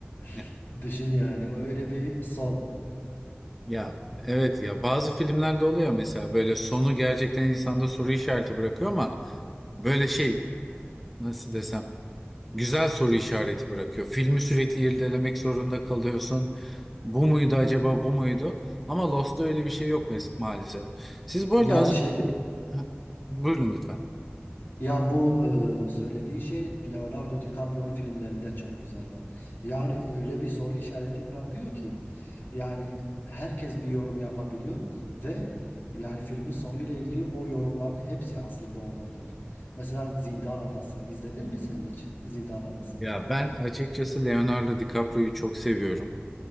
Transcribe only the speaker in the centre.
Ya
Ya, evet ya bazı filmlerde oluyor mesela böyle sonu gerçekten insanda soru işareti bırakıyor ama böyle şey nasıl desem Güzel soru işareti bırakıyor. Filmi sürekli irdelemek zorunda kalıyorsun. Bu muydu acaba bu muydu? Ama Lost'ta öyle bir şey yok mes- maalesef. Siz bu arada
az
Ha, Buyurun lütfen.
Ya ben açıkçası Leonardo DiCaprio'yu çok seviyorum.